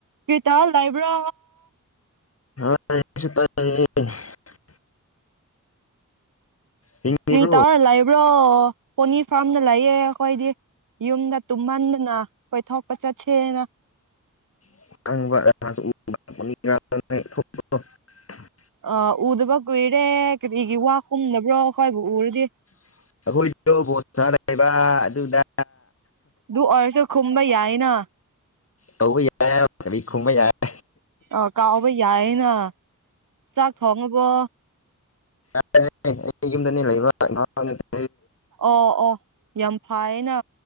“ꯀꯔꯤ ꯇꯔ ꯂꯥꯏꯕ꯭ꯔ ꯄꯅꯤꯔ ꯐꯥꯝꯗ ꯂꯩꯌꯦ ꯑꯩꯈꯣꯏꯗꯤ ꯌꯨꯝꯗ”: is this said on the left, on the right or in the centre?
Right